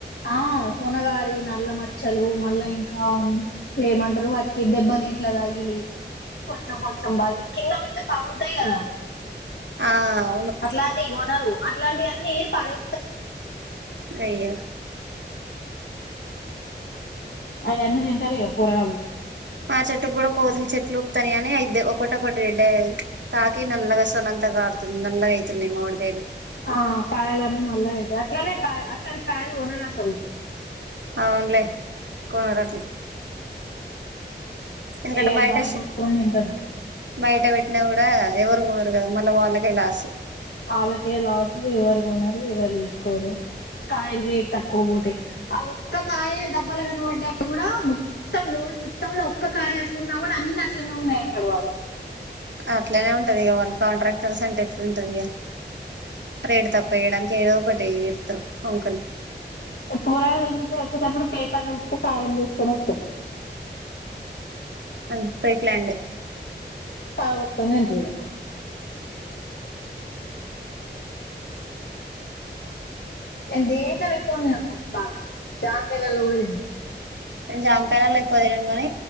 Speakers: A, on the left; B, on the right.
A: ఆ సోనగారి నల్ల మచ్చలు మళ్ళా ఇంకా ఏమంటారు వాటికి దెబ్బలు గిలి కొంచెం కొంచెం బగి కింద పడితే పగులుతాయి కదా
B: ఆ అవును
A: అట్లాంటి అన్నారు అట్లాంటివన్నీ ఏర్ పడే
B: అయ్యో
A: అవి అన్నీ తింటారు ఇగ పోరగాళ్లు
B: మా చెట్టుకు కూడా కోతులు చెట్లు ఉపుతాన్నయి గాని అయిదే ఒకట ఒకటి రెడ్డ తాకి నల్లగా సొనంత కారుతుంది నల్లగా అవుతున్నాయి మాడికాయలు
A: ఆ కాయలన్నీ నల్లగ అయితాయి అట్లానే కాయ అట్లాంటి కాయలు కొనరు అసలు
B: అవునులే కొనరట్లు ఎందుకంటే
A: ఇగ అవి
B: బయట
A: బలగొట్టుకొని తింటారు
B: బయట వెట్టినా కూడా ఎవరు కొనరు గదా మళ్ళా వాళ్ళకే లాసు
A: వాళ్ళకే లాసు ఎవరు గొనరు ఎవరు తీసుకోరు కాయలు రేట్ తక్కువ పోతాయి ఆ ఒక్క కాయ డబ్బలు కనబడ్డా కూడా మొత్తం లోడ్ మొత్తంలో ఒక్క కాయ అట్లు ఉన్నా కూడా అన్ని అట్లనే ఉన్నాయంటాడు వాడు
B: అట్లనే ఉంటది ఇగ వాళ్ళు కాంట్రాక్టర్స్ అంటే ఎట్ల ఉంటది ఇక రేట్ తక్కువ వేయడానికి ఏదో ఒకటి చెప్తారు వూంకనే
A: పోరగాళ్ళు ఏం చేత్తారు వచ్చేటప్పుడు పేపర్లు ఉప్పు కారం బోసుకొని వత్తరు
B: అంత పైప్ల్యాండె
A: పగలగొట్టుకొని తింటరు ఇగ నేను దేంట్లో పెట్టుకొని తినను ఉప్పు కారం జామకాయలలో కూడా దిన్ను
B: నేను జామకాయలో ఎక్కువ దినను గానీ